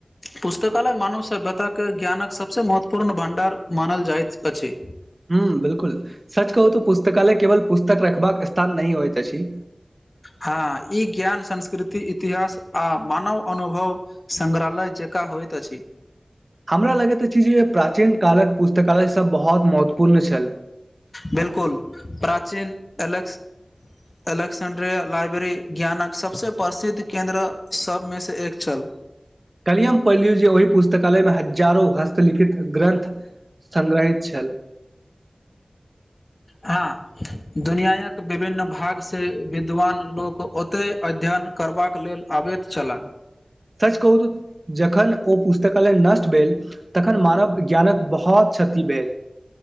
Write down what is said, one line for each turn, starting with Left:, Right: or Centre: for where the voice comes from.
Left: पुस्तकालय मानव सभ्यतााक के ज्ञानक सबसे महत्वपूर्ण भंडार मानल जाइत अछि
Right: ह बिलकुल सच कहू त पुस्तकालय केवल पुस्तक रखबाक स्थान नह होइ त हँ
Left: हँ इ ज्ञान संस्कृति इतिहास आ मानव अनुभव संगग्रहालय जका हो होइत छि
Right: हमरा लगैत अछि जे प्राचीन कालक पुस्तकालय सब बहुत महत्वपूर्ण छल
Left: बिलकुल प्राचीन अलेक्स एलेक्सेंड्रिया लाइब्रेरी ज्ञानक सभसँ प्रसिद्ध केन्द्र सभमेसँ एक छल
Right: कलियम पलूजी ओहि पुस्तकालयमे हजारो हस्तलिखित ग्रन्थ संग्रहित छल
Left: हँ दुनियाक विभिन्न भाग से विद्वान लोक ओतहि अध्ययन करबाक लेल आ बैत छलला
Right: सच कहू त जखन ओ पुस्तक नष्ट भेल तखन मानव ज्ञानक बहुत क्षति भेल